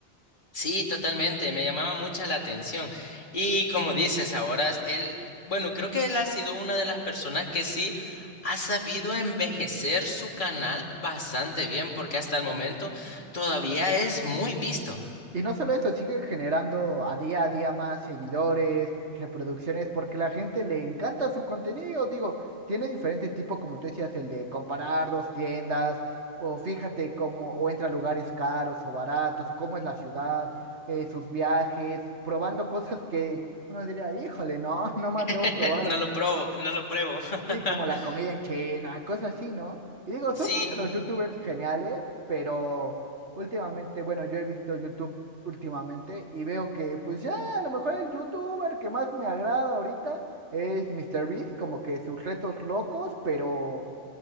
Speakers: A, on the left; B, on the right.
A: Sí, totalmente, me llamaba mucha la atención. Y como dices, ahora es él, bueno, creo que él ha sido una de las personas que sí ha sabido envejecer su canal bastante bien, porque hasta el momento todavía es muy visto.
B: Y no solo eso, sigue generando a día a día más seguidores, reproducciones, porque la gente le encanta su contenido. Digo, tiene diferentes tipos, como tú decías, el de comparar dos tiendas, o fíjate cómo, o entra a lugares caros o baratos, o cómo es la ciudad, eh, sus viajes, probando cosas que uno diría, híjole, no, <laughs> no me atrevo
A: <laughs>
B: a probarlas.
A: No lo probo, no lo pruebo. <laughs>
B: Sí, como la comida en China, cosas así, ¿no? Y digo, son
A: Sí,
B: uno de los youtubers geniales, pero últimamente, bueno, yo he visto YouTube últimamente y veo que pues ya a lo mejor el youtuber que más me agrada ahorita es MrBeast, como que sus retos locos, pero